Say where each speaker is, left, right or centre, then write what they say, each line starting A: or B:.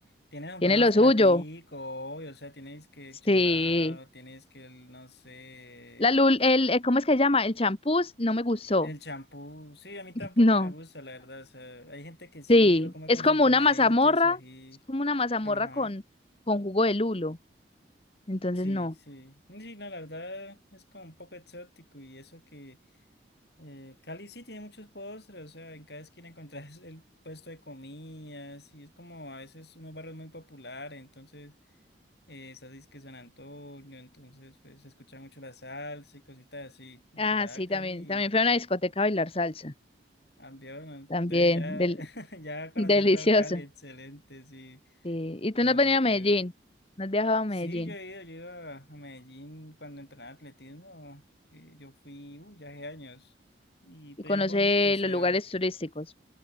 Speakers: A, on the left; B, on the left.
A: tiene
B: Tiene
A: buenos
B: lo suyo.
A: platicos, obvio, o sea, tienes que el
B: Sí.
A: cholado, tienes que el, no sé.
B: La lul, el, eh, ¿cómo es que se llama? El champús no me gustó.
A: El champú, sí, a
B: <laughs>
A: mí tampoco
B: No.
A: me gusta, la verdad. O sea, hay gente que sí
B: Sí.
A: lo come
B: Es
A: con su
B: como
A: empanadita
B: una mazamorra.
A: y su ají.
B: Es como una mazamorra
A: Ajá,
B: con, con jugo de lulo. Entonces,
A: sí,
B: no.
A: sí. Sí, no, la verdad es como un poco exótico y eso que eh, Cali sí tiene muchos postres, o sea, en cada esquina encontrás <laughs> el puesto de comidas y es como a veces unos barrios muy populares, entonces eh, esas es que San Antonio, entonces pues, se escucha mucho la salsa y cositas así. La
B: Ah,
A: verdad,
B: sí,
A: Cali.
B: también. También fue a una discoteca a bailar salsa.
A: Ambión, entonces
B: También.
A: ya,
B: del-
A: <laughs> ya conocí
B: delicioso.
A: a todo Cali, excelente, sí,
B: Sí. ¿Y tú
A: no,
B: no has venido
A: súper.
B: a Medellín? ¿No has viajado a Medellín?
A: Sí, yo he ido, yo he ido a a Medellín cuando entrenaba atletismo, eh, yo fui, uy, ya hace años, y pues
B: ¿Y conoces
A: bonito, o sea,
B: los lugares turísticos?